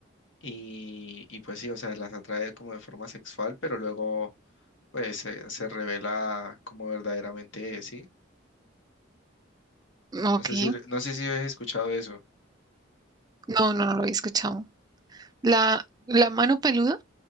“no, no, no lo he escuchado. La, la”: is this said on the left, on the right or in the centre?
Right